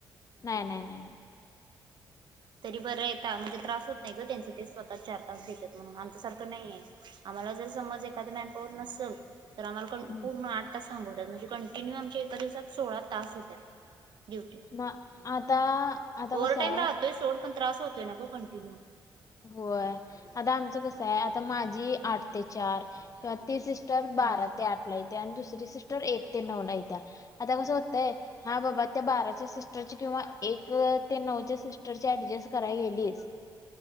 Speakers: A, on the left (about 45°); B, on the right (about 65°).
A: नाही नाही नाही नाही
B: तरी बरं यता म्हणजे त्रास होत नाही ग त्यांच ते स्वतः चार तास भेेतत म्हणून आमच्यासारखं नाहीे आला जर समज एखाद मॅनपॉवर नसल तर आम्हाला
A: हम्म.
B: पूर्ण आठ तास थांबवतात म्हणजे कंटिन्यू आमच्या एका दिवसात सोळा तास होत्या ड्युटी
A: म आता आता
B: ओव्हर
A: कस
B: टाईम
A: आहे.
B: राहतोय सोड पण त्रास होतो ना ग कंटिन्यू
A: होय आता आमचं कस आहे आता माझी आठ ते चार किंवा तीस तर बारा
B: हम्म
A: ते आठ ला येते आणि दुस ती सिस्टर एक ते नऊ ला येत्या आता कसं होतंय हा बाबा त्या बाराच्या सिस्टरच्या किंवा एक. एक ते नऊच्या सिस्टर अऍडजस्ट करायला गेलीस.